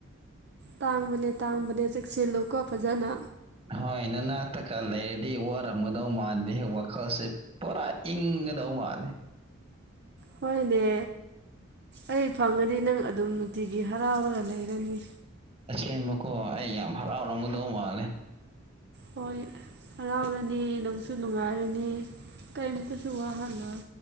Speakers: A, on the right; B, on the right.
A: ꯇꯥꯡꯕꯅꯦ ꯇꯥꯡꯕꯅꯦ ꯆꯦꯛꯁꯤꯜꯂꯨꯀꯣ ꯐꯖꯅ
B: ꯍꯣꯏ ꯅꯅꯥꯛꯇꯀ ꯂꯩꯔꯗꯤ ꯋꯥꯔꯝꯒꯗꯧ ꯃꯥꯟꯗꯦꯍꯦ ꯋꯥꯈꯜꯁꯦ ꯄꯨꯔꯥ ꯏꯪꯒꯗꯧ ꯃꯥꯜꯂꯦ
A: ꯍꯣꯏꯅꯦ ꯑꯩ ꯐꯪꯉꯗꯤ ꯅꯪ ꯑꯗꯨꯝ ꯅꯨꯡꯇꯤꯒꯤ ꯍꯔꯥꯎꯔꯒ ꯂꯩꯔꯅꯤ
B: ꯑꯁꯦꯡꯕꯀꯣ ꯑꯩ ꯌꯥꯝ ꯍꯔꯥꯎꯔꯝꯒꯗꯧ ꯃꯥꯜꯂꯦ
A: ꯍꯣꯏ ꯍꯔꯥꯎꯔꯅꯤ ꯅꯨꯡꯁꯨ ꯅꯨꯡꯉꯥꯏꯔꯅꯤ ꯀꯔꯤꯝꯇꯁꯨ ꯋꯥꯍꯜꯂꯣꯏ